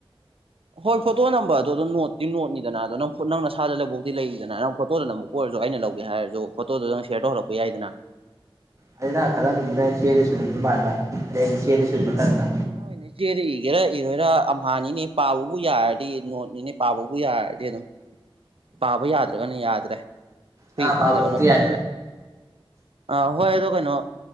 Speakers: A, on the right; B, on the right.
A: ꯍꯣꯏ ꯐꯣꯇꯣ ꯅꯝꯕꯔꯗꯣ ꯑꯗꯨꯣ ꯅꯣꯠꯇꯤ ꯅꯣꯠꯅꯤꯗꯅ ꯑꯣ ꯅꯪ ꯅꯪ ꯅꯁꯥꯗ ꯂꯕꯨꯧꯗꯤꯤ ꯂꯩꯔꯤꯗꯅ ꯅꯪ ꯐꯣꯇꯣꯗꯅ ꯑꯃꯨꯛ ꯀꯣꯏꯔ ꯨ ꯑꯩꯅ ꯂꯧꯒꯦ ꯍꯥꯏꯔꯁꯨ ꯐꯣꯇꯣꯗꯨꯣꯗꯪ ꯁꯦꯌꯔ ꯇꯧꯍꯜꯂꯛꯄ ꯌꯥꯏꯗꯅ
B: ꯑꯗ ꯅ ꯈꯜꯂꯝꯗꯨꯗ ꯆꯦꯗ ꯁꯨꯂꯝꯗ ꯃꯥꯟꯕ ꯑꯗꯩꯗꯤ ꯆꯦꯗ ꯁꯨꯕ ꯊꯛꯕ
A: ꯍꯣꯏꯅꯦ ꯏꯆꯦꯗ ꯏꯒꯦꯔꯥ ꯏꯔꯣꯏꯔꯥ ꯑꯝꯍꯥꯅꯤꯅꯦ ꯄꯥꯕꯕꯨ ꯌꯥꯔꯗꯤ ꯅꯣꯠꯅꯤꯅꯦ ꯄꯥꯕꯕꯨ ꯌꯥꯔ ꯍꯥꯏꯗꯤ ꯑꯗꯨꯝ ꯄꯥꯕ ꯌꯥꯗ꯭ꯔꯒꯅ ꯌꯥꯗ꯭ꯔꯦ ꯍꯨꯏ
B: ꯑꯥ
A: ꯈꯪꯗ꯭ꯔꯒꯅꯣ
B: ꯄꯥꯕꯕꯧꯗꯤ
A: ꯈꯪꯗ꯭ꯔꯦ
B: ꯌꯥꯏ
A: ꯑꯥ ꯍꯣꯏ ꯑꯗꯣ ꯀꯩꯅꯣ